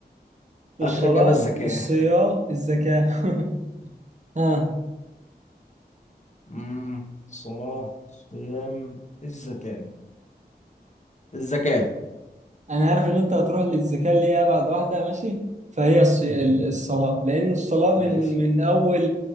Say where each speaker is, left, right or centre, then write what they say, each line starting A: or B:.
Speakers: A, on the right; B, on the left.
A: الصلاة
B: آخر إجابة الزكاة
A: الصيام الزكاة <laughs> ها
B: امم صلاة صيام الزكاة الزكاة
A: أنا عارف إن أنت هتروح للزكاة اللي هي أبعد واحدة ماشي فهي الصي...
B: <laughs>
A: ال- الصلاة لأن الصلاة
B: ماشي
A: من من أول